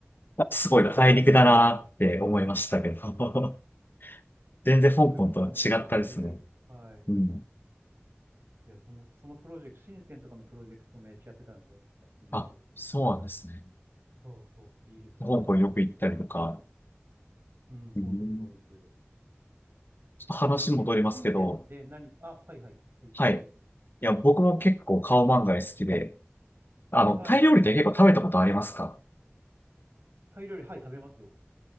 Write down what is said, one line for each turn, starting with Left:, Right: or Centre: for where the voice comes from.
Left: すごいな大陸だなって思いましたけど、
Right: ええ
Left: <laughs> 全然香港とは違ったですね。
Right: いや、それこそ本当そういう、はい。
Left: うん。
Right: いや、その、そのプロジェクト、深センとかのプロジェクトめっちゃやってたんですよ。私住んた時に。
Left: あ、そうなんですね。
Right: そうそう、ビールとかの。
Left: 香港よく行ったりとか、
Right: うん、そうです、
Left: うん、
Right: そうです。
Left: ちょっと話戻りますけど、
Right: えーえ、深センで何、あ、はいはい、はい、
Left: はい。
Right: どうぞ。
Left: いや、僕も結構カオマンガイ好きで、あの、
Right: はい。
Left: タイ料理って結構食べたことありますか
Right: タイ料理、はい、食べますよ。